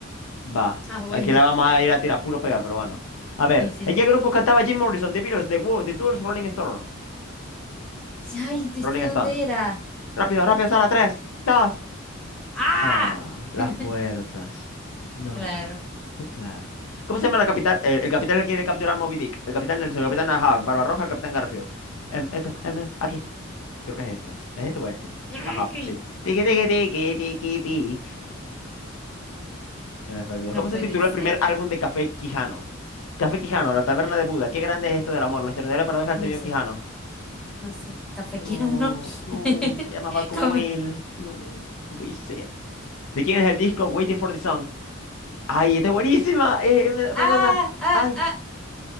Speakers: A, on the left; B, in the centre.
A: Va.
B: Ah, bueno.
A: Aquí la vamos a ir a tirar puro pegar, pero bueno. A ver,
B: Y sí.
A: ¿en qué grupo cantaba Jim Morrison? The Beatles, The Who, The Doors, Rolling Stone.
B: Ay, ¿este
A: Rolling
B: dónde
A: Stones.
B: era?
A: Rápido, rápido, Sara, tres, dos.
B: ¡Ah!
A: Ah, las
B: <laughs>
A: puertas. No,
B: Claro.
A: qué claro. ¿Cómo se llama la capital? El, el capitán que quiere capturar a Moby Dick. El capitán Nelson, el capitán Ahab, Barbarroja, el capitán Garfio. Em, esto, em, eh, aquí. Creo que es este. ¿Es este o este?
B: <laughs>
A: Ajá, sí. Tiki, tiki, tiki, tiki, ti. En efecto.
B: No
A: ¿Cómo
B: puede
A: se tituló
B: ser.
A: el primer álbum de Café Quijano? Café Quijano, La Taberna de Buda. Qué grande es esto del amor, la extraordinaria paradoja del señor
B: No sé.
A: Quijano.
B: No sé, cafequeando.
A: No, no,
B: <laughs>
A: se llamaba como
B: Café.
A: él. No, no puede ser. ¿De quién es el disco Waiting for the Sun? ¡Ay, está buenísima! Eh, eh, da,
B: Ah,
A: da, da.
B: ah,
A: ¡Ay!
B: ah.